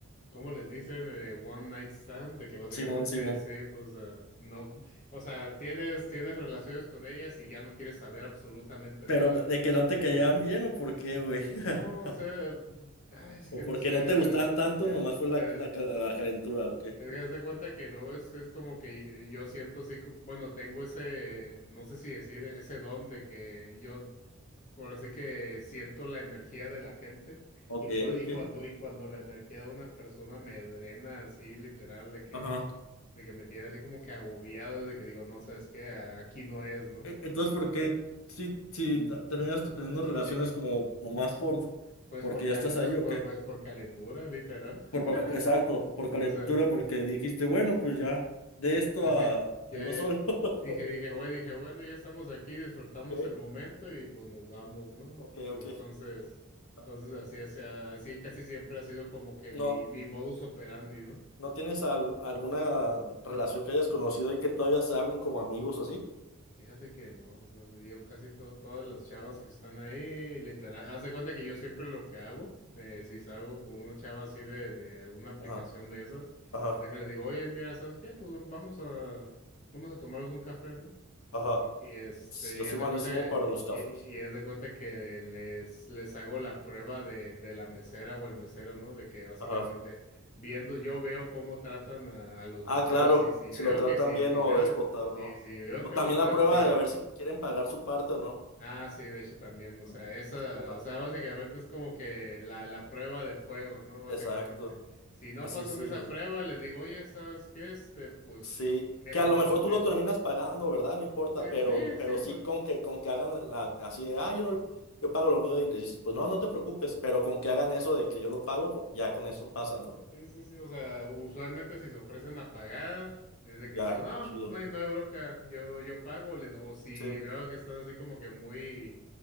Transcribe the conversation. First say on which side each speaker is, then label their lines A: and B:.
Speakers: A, on the left; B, on the left.
A: ¿Cómo les dicen? Eh, one night stand, de que básicamente
B: Simón, Simón.
A: sí, pues ah, no, o sea, tienes, tienes relaciones con ellas y ya no quieres saber absolutamente
B: Pero,
A: nada.
B: ¿de que no te
A: Como
B: caían
A: ve-
B: bien o por qué, güey?
A: No,
B: <laughs>
A: o sea, mm, ay, es
B: ¿O
A: que no
B: porque
A: sé.
B: no te gustaban tanto,
A: eh,
B: nomás fue la,
A: eh,
B: la, ca- la calentura, o qué?
A: es que haz de cuenta que luego es, es como que yo siento así, co- bueno, tengo ese, no sé si decir ese don de que yo Ahora sí que siento la energía de la gente
B: Ok,
A: y, cua-
B: ok.
A: y cuando y cuando la energía de una persona me drena así literal de que
B: Ajá.
A: de que me tiene así como que agobiado de que digo, no sabes qué, A- aquí no es, ¿no?
B: E- Entonces, ¿por qué si, si ta- terminas teniendo relaciones como nomás por,
A: Pues
B: porque
A: por cal-
B: ya estás
A: pues
B: ahí
A: por,
B: o qué?
A: pues por calentura, literal.
B: Por,
A: <laughs>
B: por- exacto, por calentura,
A: O sea,
B: porque dijiste, bueno, pues ya, de esto
A: pues
B: a,
A: sí,
B: a
A: ya
B: yo
A: ya.
B: solo. <laughs>
A: Dije, dije, güey dije, bueno, ya estamos aquí, disfrutamos
B: Ok,
A: el momento y pues nos vamos, ¿no?
B: ok,
A: Entonces,
B: ok. <laughs>
A: entonces así así, así casi siempre ha sido como que
B: ¿No,
A: mi mi modus operandi, ¿no?
B: no tienes al- alguna relación que hayas conocido y que todavía se hablen como amigos o así?
A: Fíjate que no, o sea, yo casi todo, todas las chavas que están ahí, literal, haz de cuenta que yo siempre lo que hago, eh, si salgo con una chava así de, de alguna aplicación
B: Ajá,
A: de esas,
B: ajá,
A: es de que le digo, oye, mira, ¿sabes qué? Pues vam- vamos a, vamos a tomarnos un café, ¿no?
B: ajá.
A: Y, y, este,
B: Yo
A: y
B: soy
A: haz de
B: malísimo
A: cuenta que,
B: para los cafés.
A: y, y haz de cuenta que les, les hago la prueba de, de la mesera o el mesero, ¿no? De que básicamente
B: Ajá.
A: viendo, yo veo cómo tratan a, a los
B: Ah,
A: meseros,
B: claro,
A: y si
B: si
A: veo
B: lo tratan
A: que sí,
B: bien
A: si
B: o
A: veo,
B: déspota o
A: si,
B: no.
A: si veo
B: O
A: que
B: también
A: los tratan,
B: la prueba
A: si es-
B: de a ver si quieren pagar su parte o no.
A: ah, sí, de hecho también, o sea,
B: No.
A: esa,
B: No.
A: o sea, básicamente es como que la, la prueba de fuego, ¿no? Básicamente.
B: Exacto.
A: Si no
B: Así
A: pasan
B: sí.
A: esa prueba, les digo, oye, ¿sabes qué? Este, pues,
B: Sí.
A: me
B: Que
A: surgió,
B: a lo mejor tú
A: me-
B: lo terminas pagando, ¿verdad? No importa,
A: sí,
B: pero,
A: sí,
B: pero
A: sí,
B: sí
A: pues.
B: con que, con que hagan la, así de, ah, yo no, yo pago lo mío y le dices, pues no, no te preocupes, pero con que hagan eso de que yo lo pago, pues, ya con eso pasa, ¿no?
A: Sí, sí, sí, o sea, usualmente si se ofrecen a pagar, es de que
B: Ya,
A: les digo, no,
B: chido.
A: no hay, no hay bronca, yo, yo pago, le- o si
B: Sí,
A: veo que están así como que muy,